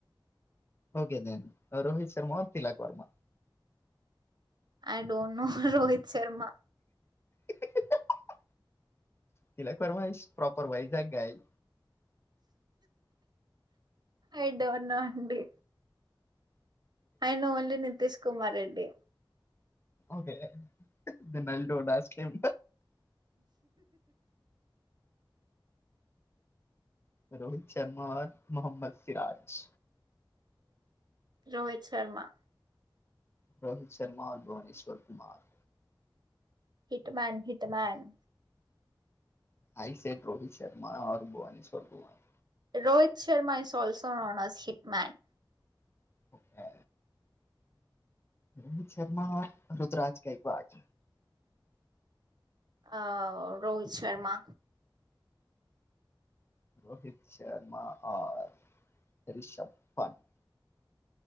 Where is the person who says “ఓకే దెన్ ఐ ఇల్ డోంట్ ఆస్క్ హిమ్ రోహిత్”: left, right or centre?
Left